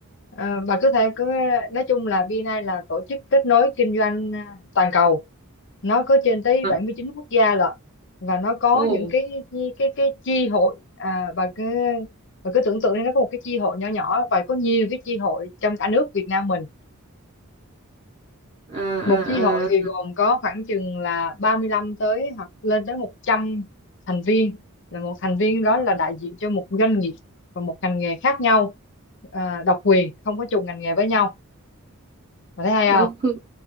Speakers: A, on the left; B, on the right.
A: Ờ, bà cứ thể cứ nói chung là VNI là tổ chức kết nối kinh doanh à, toàn cầu nó có trên tới
B: À,
A: 79 quốc gia lận và nó có
B: Ồ.
A: những cái cái cái, cái chi hội à, bà cứ bà cứ tưởng tượng đi, nó có một cái chi hội nhỏ nhỏ và có nhiều cái chi hội trong cả nước Việt Nam mình
B: À à
A: một chi hội
B: à.
A: thì gồm có khoảng chừng là 35 tới hoặc lên tới 100 thành viên là một thành viên đó là đại diện cho một doanh nghiệp và một ngành nghề khác nhau à, độc quyền không có trùng ngành nghề với nhau Bà thấy hay
B: Ừ, khư-